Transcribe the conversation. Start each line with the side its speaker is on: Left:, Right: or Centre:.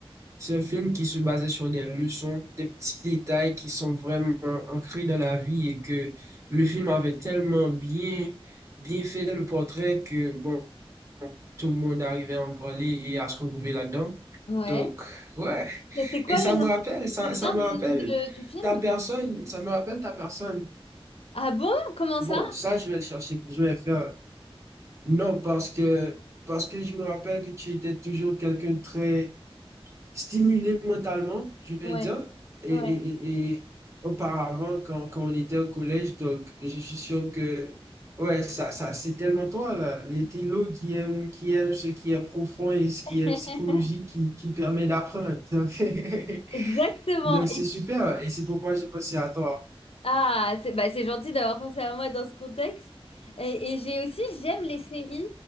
Right: c'est un film qui se basait sur des leçons, des petits détails qui sont vraiment ancrés dans la vie et que le film avait tellement bien, bien fait le portrait que bon, tout le monde arrivait à en parler et à se retrouver là-dedans.
Left: Ouais.
Right: Donc, ouais.
Left: Et c'est quoi
Right: Et ça
Left: le
Right: me
Left: nom?
Right: rappelle,
Left: Tu
Right: ça,
Left: te souviens
Right: ça me
Left: du
Right: rappelle
Left: nom de- du film?
Right: ta personne, ça me rappelle ta personne.
Left: Ah bon? Comment
Right: Bon,
Left: ça?
Right: ça, je vais le chercher, je vais le faire. Non, parce que, parce que je me rappelle que tu étais toujours quelqu'un de très stimulé mentalement, je vais
Left: Ouais.
Right: dire. Et,
Left: Ouais.
Right: et- et- et auparavant, quand, quand on était au collège, donc je suis sûr que, ouais, ça, ça, c'est tellement toi, là. Les télos qui aiment, qui aiment ce qui est profond et ce qui
Left: <laughs>
Right: est psychologique qui, qui permet d'apprendre. <laughs>
Left: Exactement.
Right: Donc, c'est super. Et c'est pourquoi j'ai pensé à toi.
Left: Ah, c'est bah, c'est gentil d'avoir pensé à moi dans ce contexte. Et, et j'ai aussi, j'aime les séries